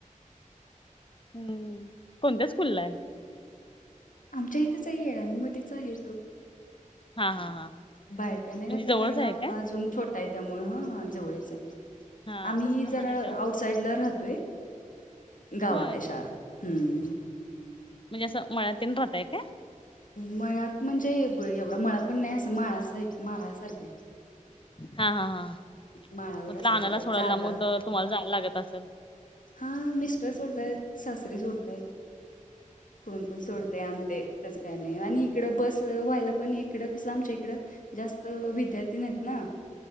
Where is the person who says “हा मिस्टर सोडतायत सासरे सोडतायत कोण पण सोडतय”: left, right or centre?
Left